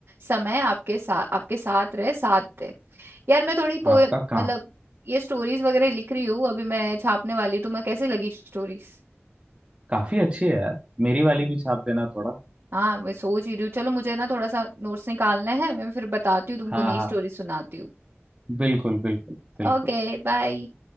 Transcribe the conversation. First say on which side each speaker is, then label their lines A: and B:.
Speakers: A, on the right; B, on the right.
A: समय आपके साथ आपके साथ रहे साथ दे यार मैं थोड़ी पोए
B: आपका
A: मतलब
B: काम
A: ये स्टोरीज वगैरह लिख रही हूँ अभी मैं छापने वाली तो मैं कैसे लगी स्टोरीज
B: काफी अच्छे है यार मेरी वाली भी छाप देना थोड़ा
A: हाँ मैं सोच ही रही हूँ चलो मुझे ना थोड़ा सा नोट्स निकालना है मैं फिर बताती हूँ तुमको
B: हाँ
A: नई
B: हाँ
A: स्टोरी सुनाती हूँ
B: बिल्कुल बिल्कुल बिल्कुल
A: Okay bye